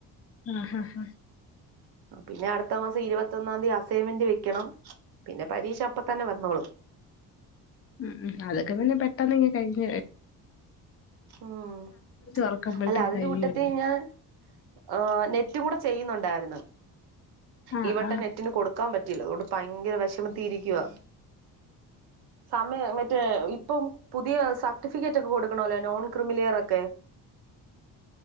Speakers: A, on the left; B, on the right.
A: ആ ആ
B: പിന്നെ അടുത്ത മാസം ഇരുപത്തൊന്നാം തീയതി അസൈൻമെന്റ് വെക്കണം പിന്നെ പരീക്ഷ അപ്പ തന്നെ വന്നോളും
A: ഉം ഉം അതൊക്കെ പിന്നെ പെട്ടെന്നിങ്ങ് കഴിഞ്‌
B: ഉം
A: തുറക്കുമ്പോഴത്തേക്ക്
B: അല്ല അതിന്റെ
A: കഴിയുമല്ലോ
B: കൂട്ടത്തിഞാൻ ആ നെ നെറ്റ് കൂടെ ചെയ്യുന്നുണ്ടായിരുന്നു
A: ആഹ്
B: ഈ വട്ടം
A: ആഹ്
B: നെറ്റിന് കൊടു കൊടുക്കാൻ പറ്റീല അത്കൊണ്ട് ഭയങ്കര വെഷമത്തീ ഇരിക്കുവാ, സമ മറ്റേ ഇപ്പം പുതിയ സർട്ടിഫി ഫിക്കെറ്റൊക്കെ കൊടുക്കണോല്ലോ <unintelligible>